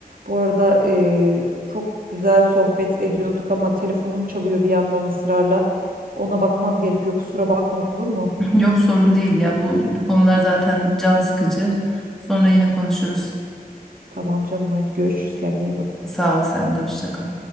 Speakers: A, on the right; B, in the centre.
A: Bu arada eee, çok güzel sohbet ediyorduk ama telefonum çalıyor bir yandan ısrarla. Ona bakmam gerekiyor. Kusura bakma olur mu?
B: <laughs> Yok sorun değil ya bu konular zaten can sıkıcı. Sonra yine konuşuruz.
A: Tamam canım hadi görüşürüz kendine iyi bak.
B: Sağ ol sen de hoşça kal.